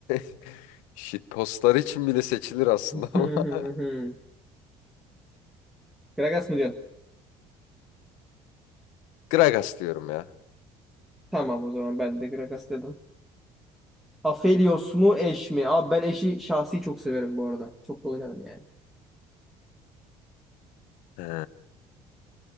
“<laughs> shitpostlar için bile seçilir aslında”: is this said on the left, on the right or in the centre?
Left